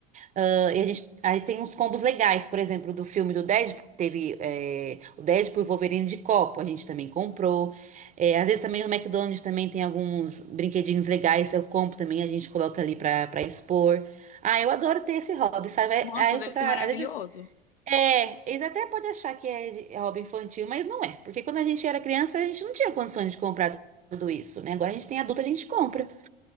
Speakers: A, on the right (about 25°); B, on the left (about 70°).
A: ah, e a gente, aí tem uns combos legais, por exemplo, do filme do Deadpool, que teve é, o Deadpool e o Wolverine de copo, a gente também comprou. É, às vezes também no McDonald's também tem alguns brinquedinhos legais, eu compro também, a gente coloca ali pra, pra expor. Ah, eu adoro ter esse hobby, sabe?
B: Nossa,
A: Aí,
B: deve
A: o pessoal,
B: ser maravilhoso.
A: às vezes é, eles até podem achar que é, de- é hobby infantil, mas não é. Porque quando a gente era criança, a gente não tinha condições de comprar tudo isso, né? Agora a gente tem adulto, a gente compra.